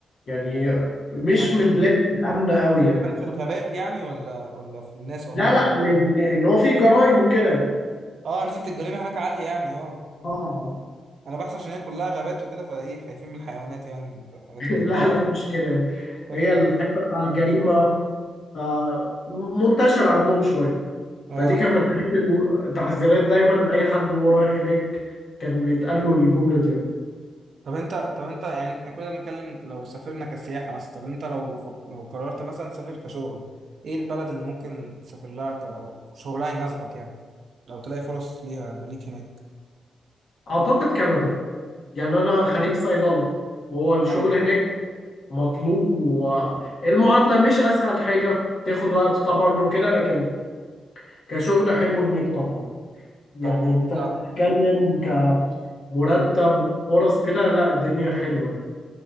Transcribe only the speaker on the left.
يعني مش
من البلاد الامنه قوي يعني
لا لا من ان هو في جرائم وكده
اه
<laughs>
لا
لا مش كده يعني
هي
الحته بتاع الجريمه آه منتشره عندهم شويه
فدي كان من الحاجات الو- التحذيرات دايما اي حد وهو رايح هناك كان بيتقال له الجمله دي يعني.
اعتقد كندا يعني انا خريج صيدله هو الشغل
هناك مطلوب والمعادله مش اسهل حاجه تاخد وقت طبعا وكده لكن كشغل حلو هناك طبعا يعني
انت بتتكلم كمرتب
وفرص كده لا الدنيا حلوة